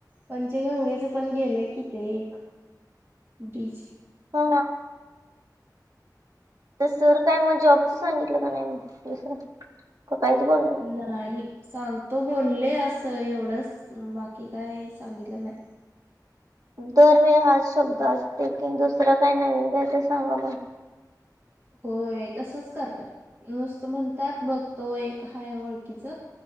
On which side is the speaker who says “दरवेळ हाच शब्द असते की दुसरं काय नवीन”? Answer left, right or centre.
Right